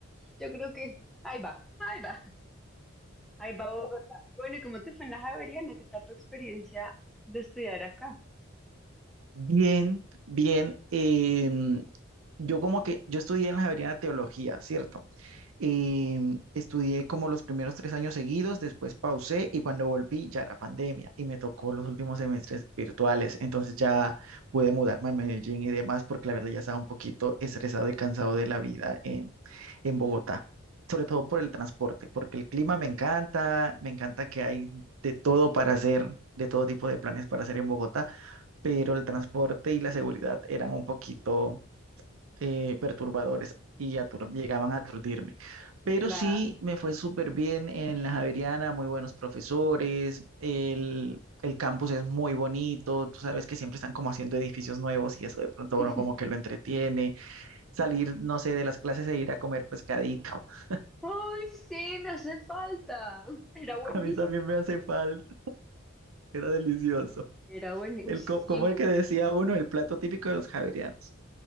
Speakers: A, in the centre; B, on the right.
A: yo creo que ahí va, ahí va, ahí va Bogotá. Bueno, ¿y cómo te fue en la Javeriana? ¿Qué tal tu experiencia de estudiar acá?
B: Bien, bien. em, yo como que, yo estudié en la Javeriana Teología, ¿cierto? Y estudié como los primeros tres años seguidos, después pausé y cuando volví ya era pandemia y me tocó los últimos semestres virtuales. Entonces ya pude mudarme a Medellín y demás porque la verdad ya estaba un poquito estresado y cansado de la vida en, en Bogotá, sobre todo por el transporte, porque el clima me encanta, me encanta que hay de todo para hacer, de todo tipo de planes para hacer en Bogotá, pero el transporte y la seguridad eran un poquito eh, perturbadores y atur- llegaban a aturdirme. Pero
A: La...
B: sí me fue súper bien en la Javeriana, muy buenos profesores, el, el campus es muy bonito, tú sabes que siempre están como haciendo edificios nuevos y eso de pronto
A: <laughs>
B: uno como que lo entretiene. Salir, no sé, de las clases e ir a comer pescadito. <laughs>
A: ¡Ay, sí, me hace falta! Era buenísimo.
B: A mí también me hace falta, era delicioso.
A: Era buenísimo,
B: El,
A: uy, sí.
B: co- como el que decía uno, el plato típico de los javerianos.